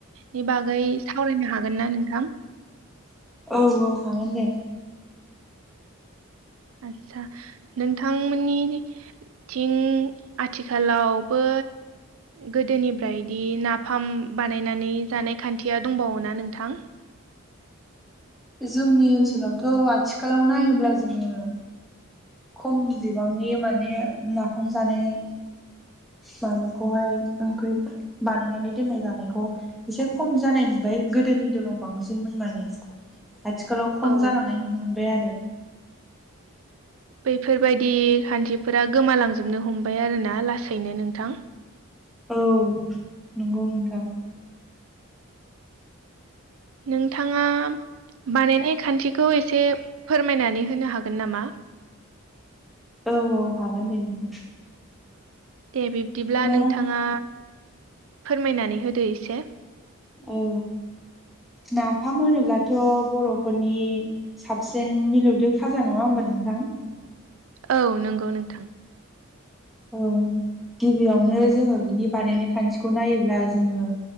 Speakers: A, on the right; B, in the centre.
A: नि बागै सावरायनो हागोन ना नोंथां
B: औ औ हागोन दे
A: आदसा नोंथांमोननि थिं आथिखालावबो गोदोनिफ्रायदि नाफाम बानायनानै जानाय खान्थिया दंबावोना नोंथां?
B: जोंनि ओनसोलावथ'आथिखालाव नायोब्ला जोङो खम बिबांनि माने नाफाम जानाय। माबाखौहाय ओंख्रि बानायनानै दोननाय जानायखौ एसे खम जानाय नुबाय गोदोनि दिनाव बांसिनमोन माने। आथिखालाव खम
A: औ
B: जालांनाय नुनो मोनबाय आरो
A: बैफोरबायदि खान्थिफोरा गोमालांजोबनो हमबाय आरो ना लासैनो नोंथां।
B: औ नंगौ नोंथां।
A: नोंथाङा बानायनाय खान्थि खौ एसे फोरमायनानै होनो हागोन नामा?
B: औ औ हागोन दे नोंथां।
A: दे बिबदिब्ला
B: मा
A: नोंथाङा फोरमायनानै होदो एसे।
B: औ नाफाम होनोब्लाथ' बर'फोरनि साबसिन मिलौदो खाजा नङा होमबा नोंथां?
A: औ नंगौ नोंथां।
B: औ गिबियावनो जोङो बिनि बानायनाय खान्थिखौ नायोब्ला जोङो